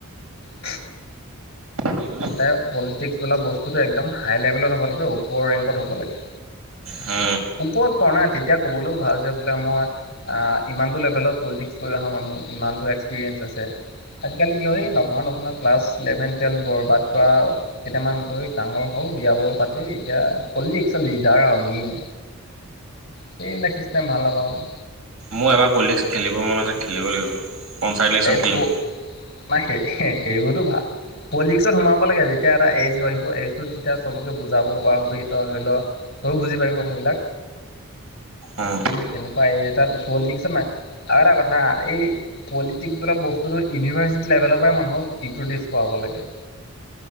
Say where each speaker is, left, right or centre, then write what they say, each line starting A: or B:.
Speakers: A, on the left (about 50°); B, on the right (about 75°).
A: উ
B: কি ক'লে?
A: হলে পলিটিক্স বোলা বস্তুতো একদম হাই লেভেলত হ'ব লাগে ওপৰ ৰেংকত হ'ব লাগে
B: হু
A: ওপৰত কৰ না তেতিয়া ক'বলৈও ভাল যে বোলে মই আহ ইমানটো লেভেলত পলিটিক্স কৰি অহা মানুহ ইমানটো এক্সপিৰিয়েঞ্চ আছে আজিকালি কি হয় সেই নপঢ়া নুশুনা ক্লাছ ইলেভেন টুৱেল্ভ বৰবাদ কৰা কেইটামান গৈ ডাঙৰ হ'ল বিয়া বাৰু পাতি এতিয়া পলিটিক্স লিডাৰ আৰু মেইন সেইবিলাক চিষ্টেম ভাল নাপাও মই
B: মোৰ এবাৰ পলিটিক্স খেলিব মন আছে খেলিব লাগিব পঞ্চায়ত ইলেকশ্যন
A: এই
B: খেলিম।
A: পো সে সেইবোৰতো ভাল পলিটিক্সত সোমাব লাগে যেতিয়া এটা এজ হৈ আহিব এইজটোত যেতিয়া চবকে বুজাব পৰা হবি ত ধৰি ল তয়ো বুজি পাবি কথাবিলাক
B: উম,
A: এই তেনেকোৱা এটাত পলিটিক্সে নাই আৰু এটা কথা এই পলি টিক্স বোলা বস্তুটো ইউনিভাৰ্চিটি লেভেলৰ পৰাই মানুহক ইণ্ট্ৰডিউচ কৰাব লাগে